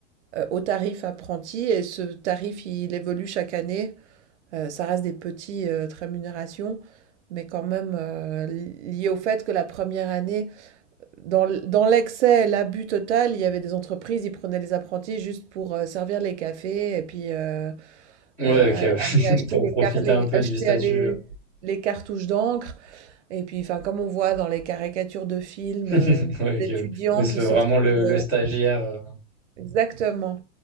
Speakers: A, on the right; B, in the centre.
A: heu, au tarif apprenti et ce tarif, il évolue chaque année. Heu, ça reste des petites heu, rémunérations, mais quand même, heu, lié au fait que la première année, dans dans l'excès, l'abus total, il y avait des entreprises, ils prenaient les apprentis juste pour, heu, servir les cafés et puis, heu
B: Ouais,
A: heu,
B: ok, ouais.
A: aller
B: <laughs>
A: acheter
B: Pour
A: les
B: profiter
A: car les
B: un peu
A: acheter
B: du statut.
A: aller
B: euh.
A: les cartouches d'encre et puis, enfin, comme on voit dans les caricatures de films,
B: <laughs>
A: heu,
B: Ouais,
A: d'étudiants
B: ok. ouais. Mais c'est
A: qui se
B: vraiment
A: retrouvent,
B: le, le
A: heu
B: stagiaire. euh.
A: Exactement.